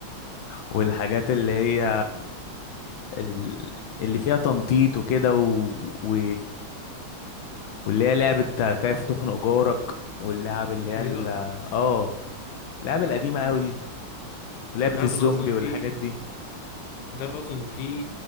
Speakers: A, on the left (about 75°); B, on the left (about 60°).
A: والحاجات اللي هي ال- اللي فيها تنطيط وكده و... و... واللي هي لعبة كيف تخنق جارك واللعب اللي هي
B: يا
A: ال... اه اللعبة القديمة
B: يا الله
A: قوي دي ولعبة
B: انت عارف
A: الزومبي
B: ان اصلا
A: والحاجات
B: في
A: دي
B: انت عارف اصلا في